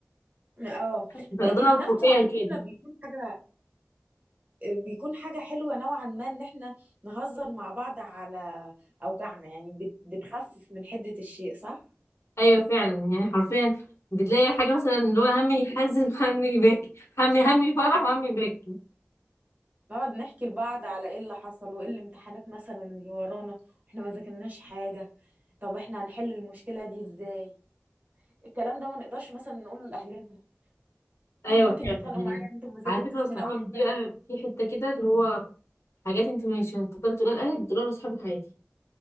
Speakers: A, on the right (about 35°); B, on the left (about 80°).
A: اه
B: بتاخدوها
A: ده ك- نفسه
B: فوقيها
A: على
B: كده
A: فكرة بيكون حاجة بيكون حاجة حلوة نوعا ما ان احنا نهزر مع بعض على اوجعنا يعني بت- بتخفف من حدة الشيء صح؟
B: ايوه فعلا يعني حرفيا بتلاقي حاجه مثلا اللي هو همي يحزن <laughs> همي يبكي همي همي فرح
A: بالظبط.
B: وهمي يبكي
A: نقعد نحكي لبعض على ايه اللي حصل وايه الامتحانات مثلا اللي ورانا احنا ما ذاكرناش حاجة طب احنا هنحل المشكلة دي ازاي؟ الكلام ده ما نقدرش مثلا نقوله لأهلنا <laughs>
B: ايوه
A: هم ممكن
B: فعلا
A: يتخانقوا
B: يعني
A: معايا انتوا ما ذاكرتوش
B: على فكره الصحاب
A: من اول السنة
B: دي بقى
A: ليه؟
B: في حته كده اللي هو حاجات انت مش هتقدري تقولها لاهلك تقولها لاصحابك عادي